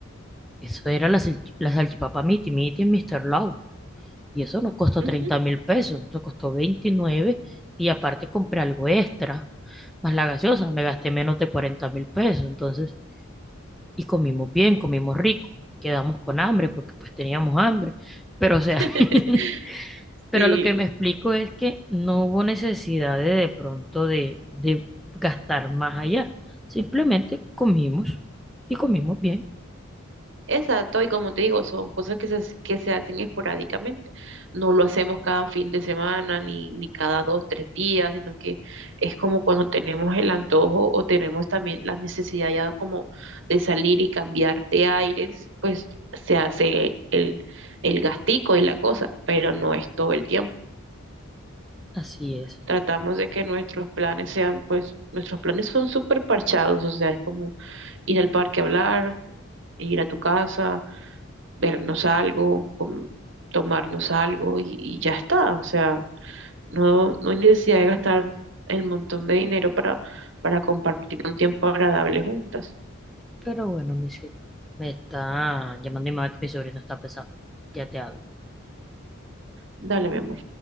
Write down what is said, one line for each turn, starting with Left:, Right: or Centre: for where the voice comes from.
Centre: eso era la, salch- la salchipapa Miti Miti en Mr. Lau Y eso no costó
Right: Ujú.
Centre: treinta mil pesos, eso costó veintinueve y aparte compré algo extra, más la gaseosa, me gasté menos de cuarenta mil pesos, entonces, y comimos bien, comimos rico, quedamos con hambre porque pues teníamos hambre, pero o sea,
Right: <laughs>
Centre: <laughs> pero
Right: Sí.
Centre: lo que me explico es que no hubo necesidad de de pronto de, de gastar más allá, simplemente comimos y comimos bien,
Right: Exacto, y como te digo, son cosas que se, hace- que se hacen esporádicamente. No lo hacemos cada fin de semana ni, ni cada dos, tres días, sino que es como cuando tenemos el antojo o tenemos también la necesidad ya como de salir y cambiar de aires, pues se hace el, el gastico y la cosa, pero no es todo el tiempo.
Centre: así es,
Right: Tratamos de que nuestros planes sean, pues nuestros planes son súper parchados, o sea, es como ir al parque a hablar, ir a tu casa vernos algo, com- tomarnos algo y, y ya está. O sea, no, no hay necesidad de gastar el montón de dinero para, para compartir un tiempo agradable juntas.
Centre: pero bueno, mi cielo, me está llamando mi mamá que mi sobrino está pesado, ya te hablo.
Right: Dale, mi amor.